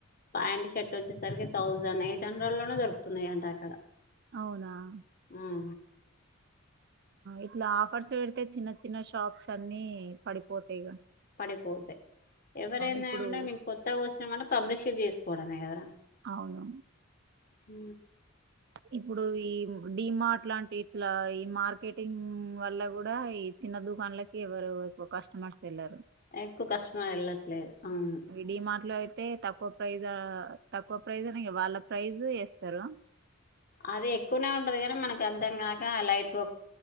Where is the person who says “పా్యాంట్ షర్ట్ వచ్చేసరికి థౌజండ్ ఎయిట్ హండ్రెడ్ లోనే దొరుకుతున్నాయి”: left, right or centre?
Left